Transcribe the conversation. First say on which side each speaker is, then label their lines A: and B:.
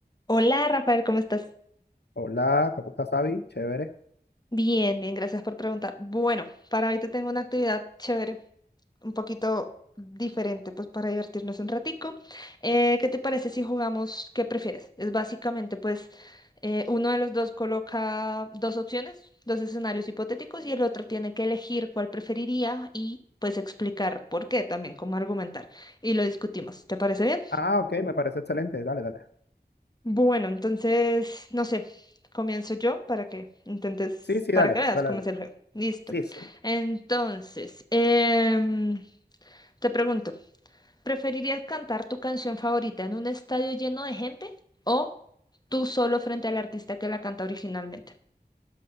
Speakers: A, on the left (about 25°); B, on the left (about 75°).
A: Hola Rafael, ¿cómo estás?
B: Hola, ¿cómo estás, Abby? Chévere.
A: Bien, bien, gracias por preguntar. Bueno, para ahorita tengo una actividad chévere, un poquito diferente, pues para divertirnos un ratico. Eh, ¿qué te parece si jugamos qué prefieres? Es básicamente, pues, eh, uno de los dos coloca dos opciones, dos escenarios hipotéticos y el otro tiene que elegir cuál preferiría y pues explicar por qué también, cómo argumentar. Y lo discutimos. ¿Te parece bien?
B: Ah, ok, me parece excelente. Dale, dale.
A: Bueno, entonces, no sé, comienzo yo para que intentes,
B: Sí, sí,
A: para
B: dale,
A: que veas
B: dale,
A: cómo
B: dale.
A: es el juego. Listo.
B: Sí, sí.
A: Entonces, em, te pregunto, ¿preferirías cantar tu canción favorita en un estadio lleno de gente o tú solo frente al artista que la canta originalmente?